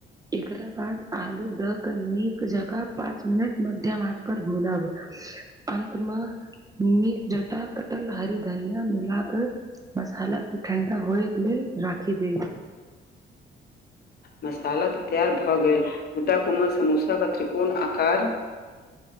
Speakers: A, on the right; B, on the left.
A: एकरा बाद आलू दऽ कऽ नीक जकाँ पाँच मिनट मध्यम आँच पर भुनब अंत मे निक जटा कटल हरी धनियाँ मिला कऽ मसाला खूब ठण्डा होयेक लेल राखी देब
B: मसाला तऽ तैयार भऽ गेल मुदा कोमल समोसा के त्रिकोण आकार